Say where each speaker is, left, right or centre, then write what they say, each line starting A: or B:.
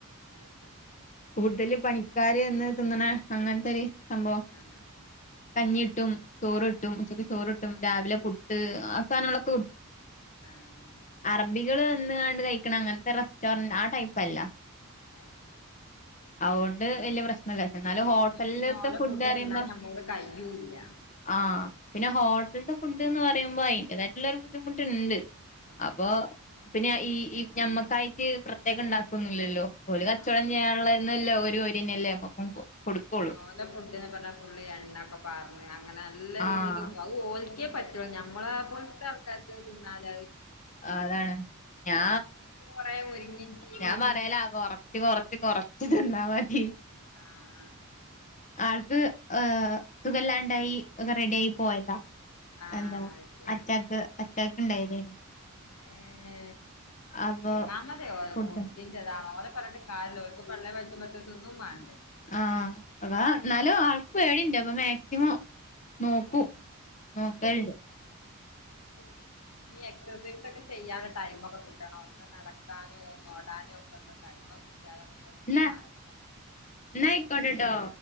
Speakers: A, on the left; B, on the left.
A: അത് ശരി
B: കൂടുതൽ പണി കാര് വന്ന് തിന്നണ അങ്ങനത്തെ ഒരു സംഭവം
A: ആഹ് ആഹ്
B: കഞ്ഞി കിട്ടും ചോറ് കിട്ടും ഉച്ചക്ക് ചോറ് കിട്ടും രാവിലെ പുട്ട് ആഹ് സാധാനങ്ങളൊക്കെ <unintelligible>
A: ആഹ്
B: അറബികൾ വന്ന് കാണ്ട് കഴിക്കണ അങ്ങനത്തെ റെസ്റ്റോറന്റ് ആ ടൈപ്പ് അല്ല
A: അയ്ശരി
B: അവോണ്ട് വല്യ പ്രശ്ന ഇല്ല ക്ഷെ എന്നാല്
A: അത്
B: ഹോട്ടലിലത്തെ
A: എന്നും പിന്നെ ഓലെ
B: ഫുഡ് അറയുമ്പോ
A: തിന്നാൻ ഞമ്മോട് കയ്യൂല്ല
B: ആഹ് പിന്നെ ഹോട്ടൽത്തെ ഫുഡ് എന്ന് പറയുമ്പോ അതിന്റേതായിട്ടുള്ള ഒരു ബുദ്ധിമുട്ട് ണ്ട്
A: ആഹ്
B: അപ്പൊ പിന്നെ ഈ ഞമ്മക്കായിട്ട് പ്രത്യേക ണ്ടാക്കൊന്നു ല്ലല്ലോ ഓല് കച്ചോടം
A: ആഹ്
B: ചെയ്യാനുള്ളതന്നല്ലേ ഒരുഓ രിന്നെല്ലേ നമ്മക്കും കൊടുക്കുള്ളൂ
A: അതിന് ഓല ഫുഡ്ന്ന് പറഞ്ഞാ പുള്ളി എണ്ണൊക്കെപാർന്ന് അങ്ങനെ നല്ല
B: ആഹ്
A: രീതില് അഹ് ഓലിക്കെ പറ്റു നമ്മളെ പോലത്തെ ആൾക്കാർക്ക് അത് തിന്നാല
B: അതാണ് ഞാ
A: കൊറേ മുരിങ്ങിം ചീരിം
B: ഞാൻ പറയല കൊറ ച്ച് കൊറച്ച് കൊറച്ച് തിന്നാ മതി
A: ആഹ്
B: ആൾക്ക് ഹ് സുഖംല്ലാണ്ടായി ഒക്കെ റെഡി ആയി പോയതാ
A: ആഹ്
B: എന്താ
A: ശരി
B: അറ്റാക്ക് അറ്റാക്ക് ണ്ടായതെയ് ന്
A: ഏ
B: അപ്പൊ
A: ഒന്നാമതെ ഓ
B: ഫുഡ്
A: ഫുഡ്ഢിൻ താണോ ഓല പറഞ്ഞിട്ട് കാര്യല്ല ഓൽക്ക് പള്ളേ പൈച്ചുമ്പോത്തിക്ക്‌ തിന്നും മാണ്ടേ
B: ആഹ് അതാ ഇന്നാലും ആൾക്ക് പേടിണ്ട് അപ്പൊ മാക്സിമം നോക്കും നോക്കലുണ്ട്
A: ആഹ് അത് ശരി ഇനി എക്സസൈസ് ഒക്കെ ചെയ്യാന് ടൈമൊക്കെ കിട്ടണം ഒന്ന് നടക്കാനോ ഒ ന്ന് ഓടാനോ ഒക്കൊന്ന് ടൈമൊക്കെ കിട്ടിയാലൊക്കെ ഓന്ക്ക്‌
B: എന്നാ
A: ഒരു കാര്യാണ്
B: എന്നാ ആയിക്കോട്ടെട്ടോ